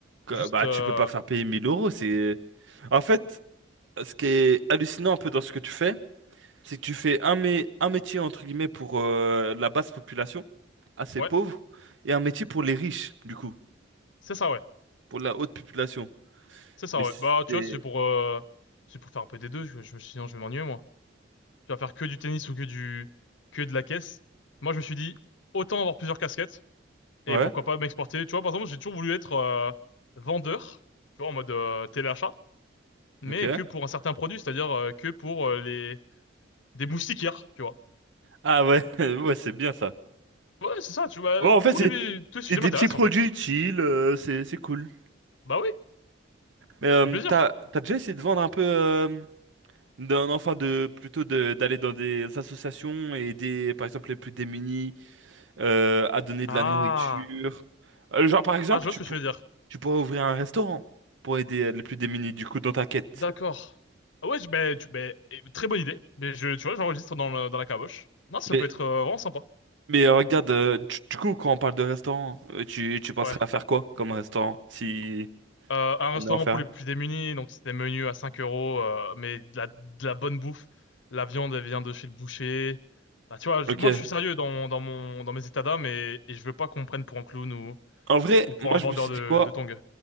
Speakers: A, on the right; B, on the left.
A: Que-
B: Juste,
A: Bah,
B: euh,
A: tu peux pas faire payer 1000 euros. C'est... En fait, ce qui est hallucinant un peu dans ce que tu fais, c'est que tu fais un, mé- un métier, entre guillemets, pour euh, la basse population, assez
B: ouais,
A: pauvre, et un métier pour les riches, du coup,
B: c'est ça, ouais.
A: pour la haute population.
B: C'est ça,
A: Mais c'est...
B: ouais. Bah, tu vois, c'est pour, euh, c'est pour faire un peu des deux. Je, je, sinon, je vais m'ennuyer, moi. Tu vas faire que du tennis ou que du, que de la caisse. Moi, je me suis dit, autant avoir plusieurs casquettes. Et
A: Ouais,
B: pourquoi pas m'exporter. Tu vois, par exemple, j'ai toujours voulu être euh, vendeur, tu vois, en mode euh, téléachat, mais
A: ok.
B: que pour un certain produit, c'est-à-dire euh, que pour euh, les des moustiquaires, tu vois.
A: Ah ouais, <laughs> ouais, c'est bien ça.
B: Ouais, c'est ça, tu vois,
A: Bon, en fait,
B: tous
A: c'est
B: les tous les sujets
A: c'est des
B: m'intéressent
A: petits produits
B: en fait.
A: utiles, euh, c'est c'est cool.
B: Bah oui,
A: Mais euh,
B: ça fait plaisir.
A: t'as t'as déjà essayé de vendre un peu... euh, d'un enfant de plutôt de d'aller dans des associations et aider par exemple les plus démunis euh, à donner de
B: Ah,
A: la nourriture. Euh, genre par exemple
B: ah, je vois
A: tu
B: ce
A: pour-
B: que tu veux dire.
A: tu pourrais ouvrir un restaurant pour aider les plus démunis du coup dans ta quête.
B: D'accord. Ah ouais, je- ben, tu- ben, eh, très bonne idée. Mais je, tu vois, j'enregistre dans le- dans la caboche. Non, ça
A: Mais
B: peut être euh, vraiment sympa.
A: mais euh, regarde euh, du, du coup quand on parle de restaurant euh, tu tu penserais
B: Ouais.
A: à faire quoi comme restaurant si
B: Euh, un restaurant
A: on est en faire?
B: pour les plus démunis, donc c'était menu à 5 euros, euh, mais de la, de la bonne bouffe. La viande, elle vient de chez le boucher. Bah, tu vois, je-
A: Ok.
B: moi, je suis sérieux dans, mon- dans mon, dans mes états d'âme et, et je veux pas qu'on me prenne pour un clown ou,
A: En vrai
B: ou pour
A: moi
B: un
A: je
B: vendeur
A: me suis
B: de,
A: dit quoi?
B: de tongs.